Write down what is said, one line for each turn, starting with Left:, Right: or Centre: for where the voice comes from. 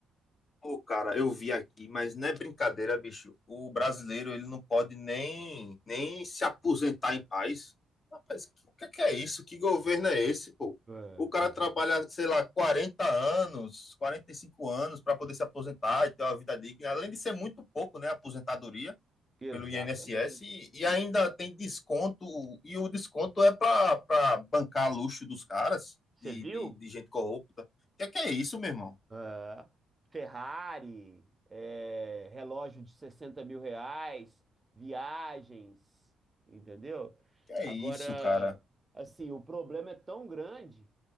Left: Pô, cara, eu vi aqui, mas não é brincadeira, bicho. O brasileiro, ele não pode nem, nem se aposentar em paz. Rapaz, que- o que é que é isso? Que governo é esse, pô?
Right: É,
Left: O cara trabalha, sei lá, 40 anos, 45 anos para poder se aposentar e ter uma vida digna, além de ser muito pouco, né, a aposentadoria
Right: exatamente.
Left: pelo INSS e, e ainda tem desconto, e o desconto é para bancar luxo dos caras,
Right: Você
Left: de,
Right: viu?
Left: de, de gente corrupta. O que é que é isso, meu irmão?
Right: É. Ferrari, é, relógio de sessenta mil reais, viagens, entendeu?
Left: Que é
Right: Agora,
Left: isso, cara?
Right: assim, o problema é tão grande